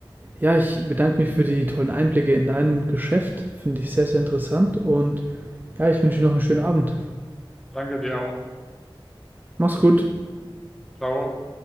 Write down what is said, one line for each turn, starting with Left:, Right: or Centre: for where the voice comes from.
Right: ja, ich bedanke mich für die tollen Einblicke in deinem Geschäft. Finde ich sehr, sehr interessant. Und ja, ich wünsche dir noch einen schönen Abend.
Centre: Danke dir auch.
Right: Mach's gut.
Centre: Ciao.